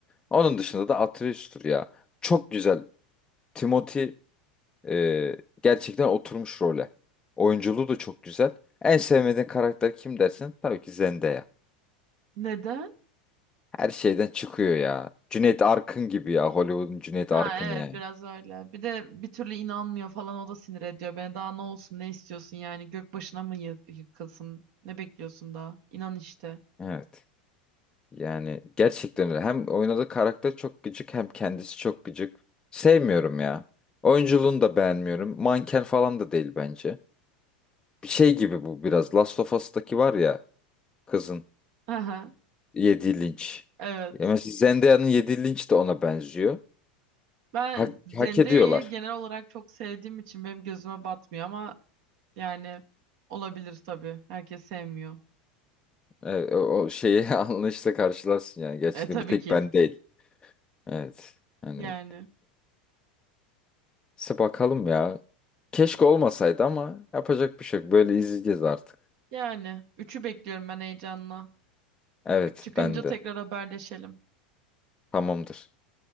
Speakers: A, on the left; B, on the right.
A: Onun dışında da Atreus'tur ya. Çok güzel. Timothy eee, gerçekten oturmuş role. Oyunculuğu da çok güzel. En sevmediğin karakter kim dersin? Tabii ki Zendaya.
B: Neden?
A: Her şeyden çıkıyor ya. Cüneyt Arkın gibi ya. Hollywood'un Cüneyt
B: Ha
A: Arkın'ı
B: evet
A: yani.
B: biraz öyle. Bir de bir türlü inanmıyor falan o da sinir ediyor beni. Daha ne olsun ne istiyorsun yani gök başına mı yı- yıkılsın? Ne bekliyorsun daha? İnan işte.
A: Evet. Yani gerçekten öyle. Hem oynadığı karakter çok gıcık hem kendisi çok gıcık. Sevmiyorum ya. Oyunculuğunu da beğenmiyorum. Manken falan da değil bence. Bir şey gibi bu biraz. Last of Us'taki var ya kızın
B: Aha,
A: yediği linç.
B: evet.
A: Ya Mesela Zendaya'nın yediği linç de ona benziyor.
B: Ben
A: Hak,
B: Zendea'yı
A: hak ediyorlar.
B: genel olarak çok sevdiğim için benim gözüme batmıyor ama Yani olabilir tabii. Herkes sevmiyor.
A: Evet, o, o şeyi <laughs> anlayışla karşılarsın yani. Gerçekten
B: E tabii
A: bir tek
B: ki.
A: ben değil. Evet. Hani
B: Yani.
A: neyse bakalım ya. Keşke olmasaydı ama yapacak bir şey yok. Böyle izleyeceğiz artık.
B: Yani. Üçü bekliyorum ben heyecanla.
A: Evet
B: Üç çıkınca
A: ben de.
B: tekrar haberleşelim.
A: Tamamdır.